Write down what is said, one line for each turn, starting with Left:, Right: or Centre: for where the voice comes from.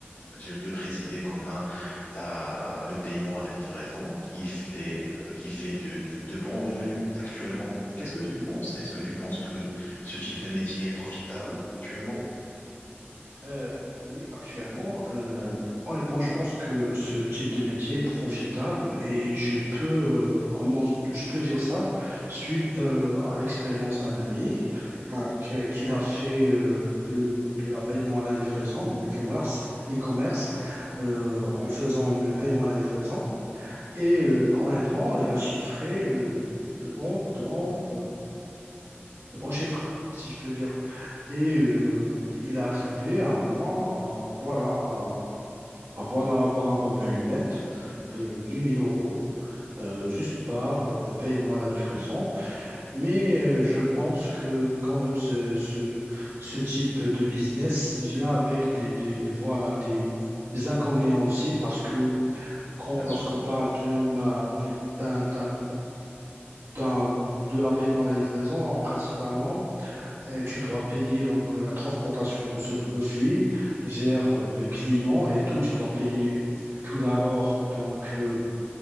Left: je peux préciser qu'on a la, le paiement à la livraison qui fait, euh, qui fait de, de, de bons revenus actuellement. Qu'est-ce que tu me penses? Est-ce que tu penses que ce type de métier est profitable actuellement?
Right: Euh, oui, actuellement, euh, honnêtement, je pense que ce type de métier est profitable et je peux, euh, en mon- je peux dire ça suite euh, à l'expérience d'un ami donc, euh, qu'il a fait euh, de, de la paiement à la livraison, du e-commerce, e-commerce euh, en faisant le paiement à la livraison. Et euh, honnêtement, il a chiffré euh, de bons de bons de bons chiffres, si je peux dire. Et euh, il est arrivé à moi, à, voilà, à, à voilà, avoir un revenu net de 10 000 euros. euh, juste par euh, le paiement à la livraison. Mais euh, je pense que quand même ce, ce, ce type de business il vient avec des, des, des- voilà, des, des inconvénients aussi parce que quand-
Left: Bien
Right: lorsqu'on
Left: sûr,
Right: parle d'une, euh, du- d'un, d'un, d'un- de la paiement à la livraison, principalement, et tu dois payer donc euh, la transportation de ce produit vers euh, le client et tout. Tu dois payer tout d'abord donc euh,